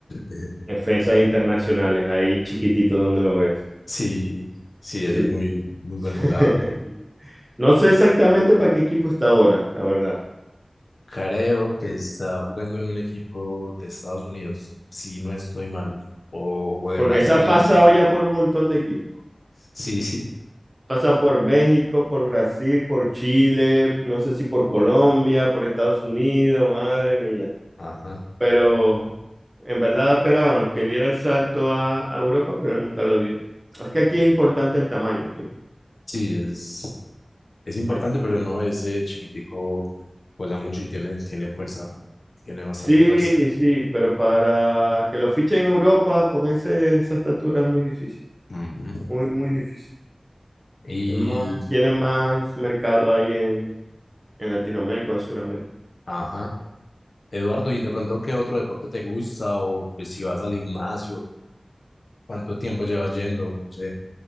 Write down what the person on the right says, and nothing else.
Defensas internacionales, ahí chiquitito donde lo ves.
Sí.
<laughs>
No sé exactamente para qué equipo está ahora, la verdad.
Porque
se ha pasado ya por un montón de equipos.
Pasa por México, por Brasil, por Chile, no sé si por Colombia, por Estados Unidos, madre mía.
Pero en verdad esperábamos que diera el salto a, a Europa, pero nunca lo dio. Es que aquí es importante el tamaño, tío.
Aquí.
Sí,
sí, pero para que lo fichen en Europa con ese, esa estatura es muy difícil,
muy, muy difícil.
Es más, tiene más mercado ahí en, en Latinoamérica o en Sudamérica.